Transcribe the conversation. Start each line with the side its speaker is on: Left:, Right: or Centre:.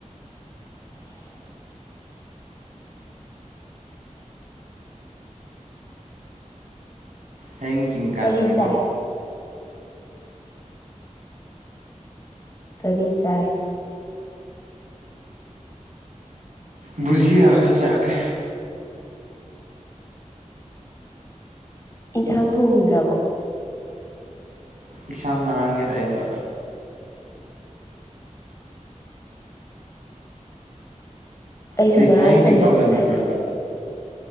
Left: <unintelligible> <inaudible>
Right: ꯍꯌꯦꯡ ꯆꯤꯡ ꯀꯥꯁꯤꯅꯦꯀꯣ
Left: ꯀꯔꯤ ꯆꯥꯏ ꯀꯔꯤ ꯆꯥꯏ
Right: ꯕꯨꯖꯤꯤ ꯑꯒꯦ ꯆꯀꯦ
Left: ꯏꯟꯁꯥꯡ ꯊꯣꯡꯕꯤꯗ꯭ꯔꯕꯣ
Right: ꯏꯁꯥꯡ ꯉꯔꯥꯡꯒꯤ ꯑꯔꯦꯝꯕ
Left: ꯑꯩꯁꯨ
Right: ꯇ
Left: ꯉꯔꯥꯡꯒꯤ
Right: ꯁ ꯆꯤꯡꯀꯎꯗꯅꯇ꯭ꯔ
Left: ꯑꯔꯦꯝꯕ ꯆꯥꯏ
Right: ꯍꯥꯏꯒ